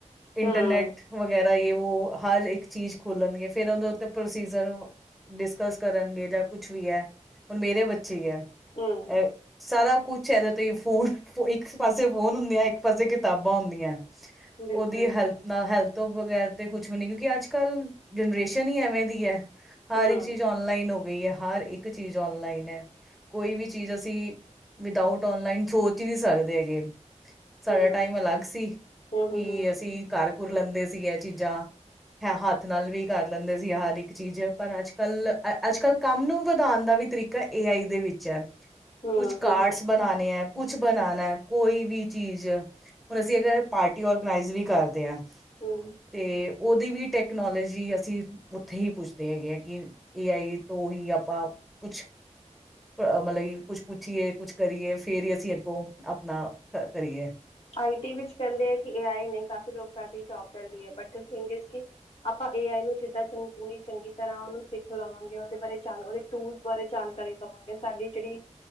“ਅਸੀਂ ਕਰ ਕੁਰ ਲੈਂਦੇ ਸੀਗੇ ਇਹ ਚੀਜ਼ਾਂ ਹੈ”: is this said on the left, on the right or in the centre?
Centre